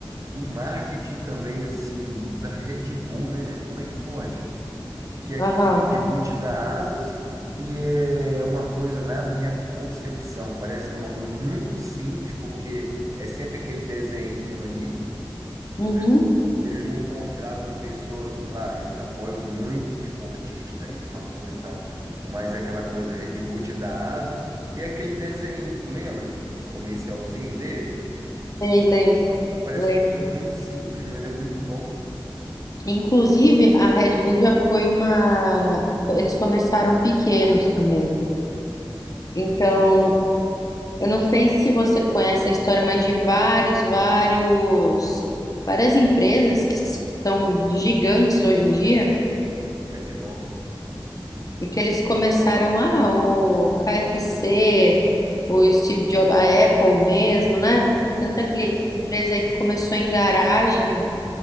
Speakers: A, on the right; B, on the left.
A: o marketing também, assim, da Red Bull, né? Como é que pode? que é aquele
B: Aham.
A: reboot da Asas, e é uma coisa, na minha concepção, parece que é uma coisa muito simples, porque é sempre aquele desenho ali, não
B: Uhum.
A: é? Eles não contratam pessoas, claro, eles apoiam muito o esportista aí, famoso e tal, mas é aquela coisa, reboot da Asas, e é aquele desenho, tu lembra do- dos comercialzinhos deles?
B: Sei, lembro.
A: Pa- Que parece
B: Lembro.
A: uma coisa muito simples, mas é muito bom.
B: Inclusive, a Red Bull já foi uma. Eles começaram pequenos também. Então, eu não sei se você conhece a história, mas de vários, vários, várias empresas que são gigantes hoje em dia.
A: McDonald's,
B: E que eles começaram, ah, o KFC, o Steve Jobs, a Apple mesmo, né?
A: é comida.
B: Tanta que empresa aí que começou em garagem